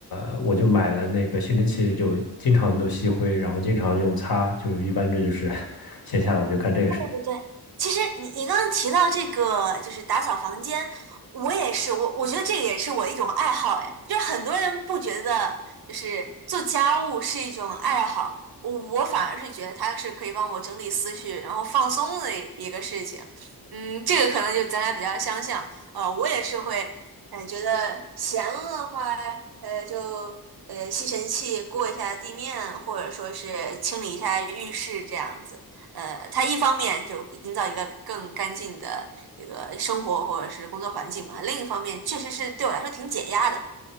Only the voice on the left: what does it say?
呃，我就买了那个吸尘器，就经常都吸灰，然后经常用擦，就是一般这就是 <laughs> 闲下来我就干这个事情。